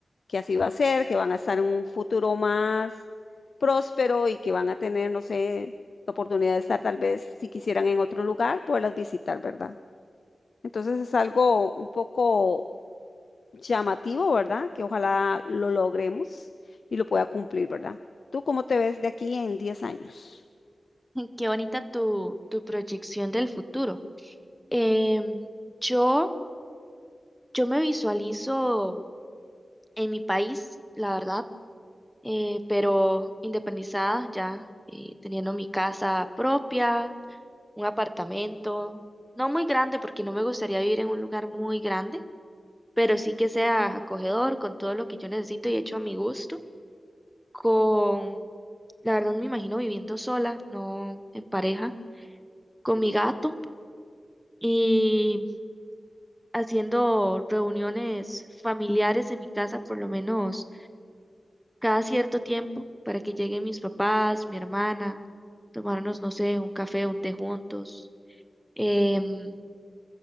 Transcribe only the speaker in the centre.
<laughs> Qué bonita tu, tu proyección del futuro. Em, yo, yo me visualizo en mi país, la verdad, eh, pero independizada ya, eh, teniendo mi casa propia, un apartamento, no muy grande porque no me gustaría vivir en un lugar muy grande pero sí que sea acogedor con todo lo que yo necesito y hecho a mi gusto. Con, la verdad me imagino viviendo sola, no en pareja, con mi gato y haciendo reuniones familiares en mi casa por lo menos cada cierto tiempo para que lleguen mis papás, mi hermana, tomarnos, no sé, un café, un té juntos. Em,